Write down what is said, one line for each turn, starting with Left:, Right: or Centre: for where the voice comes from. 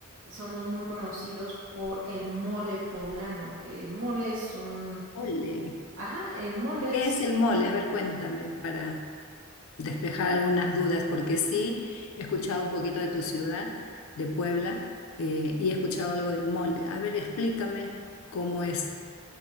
Right: somos muy conocidos por el mole poblano. El mole es un...
Left: Mole.
Right: Ajá, el mole
Left: ¿Qué
Right: es
Left: es el mole? A ver, cuéntame para despejar algunas dudas, porque sí he escuchado un poquito de tu ciudad, de Puebla, eh, y he escuchado algo del mole. A ver, explícame cómo es